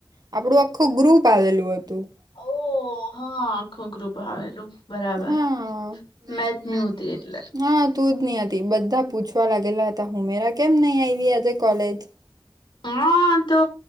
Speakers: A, on the right; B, on the left.
A: આપણું આખું ગ્રુપ આવેલું હતું.
B: ઓ હા આખું ગ્રુપ આવેલું બરાબર
A: <inaudible> હા <unintelligible>
B: મેચ ની હોતી એટલે
A: હા તું જ ની હતી બધા પૂછવા લાગેલા હતા હુમેરા કેમ નહી આવી આજે કોલેજ <inaudible>
B: હા તો